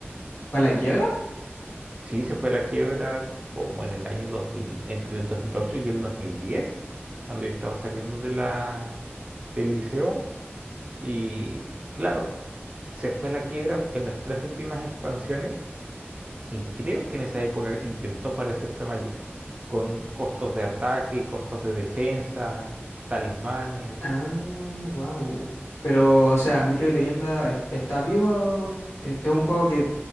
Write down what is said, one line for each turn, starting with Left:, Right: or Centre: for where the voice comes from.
Left: ¿Para la quiebra?
Right: Sí, se fue a la quiebra como en el año 2000, entre el 2008 y el 2010, cuando yo estaba saliendo de la, del liceo. Y claro, se fue a la quiebra en las tres últimas expansiones y creo que en esa época intentó parecerse a Magic, con costos de ataque, costos de defensa, talismanes.
Left: Ah, wow. Pero, o sea, Mito y Leyenda es- está vivo. Es, es un juego que